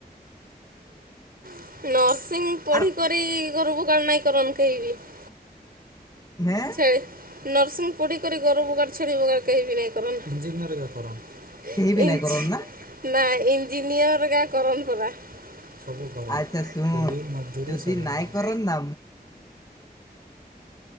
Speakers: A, on the right; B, on the left.
A: <unintelligible>
B: ଆର୍ <unintelligible>
A: <unintelligible> <unintelligible>
B: କେହି ବି ନାଇଁ କରନ୍ ନା
A: <unintelligible>
B: ଆଚ୍ଛା ଶୁଣ ଯଦି <unintelligible> ରେକର୍ଡ